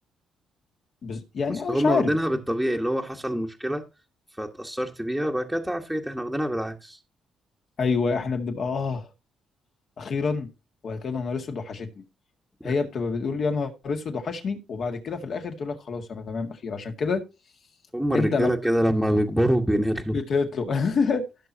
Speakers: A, on the left; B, in the centre.
A: بز... يعني
B: بس
A: أنا
B: هم
A: مش عارف
B: واخدينها بالطبيعي اللي هو حصل مشكلة فاتأثرت بيها بقى كده تعافيت احنا واخدينها بالعكس
A: ايوه احنا بنبقى اه اخيرا وبعد كده يا نهار اسود وحشتني
B: لا،
A: هي بتبقى بتقول يا نهار اسود وحشني وبعد كده في الاخر تقول لك خلاص انا تمام اخير عشان كده
B: هم الرجالة
A: انت لو
B: كده لما بيكبروا بينهتلوا
A: بتهتله <laughs>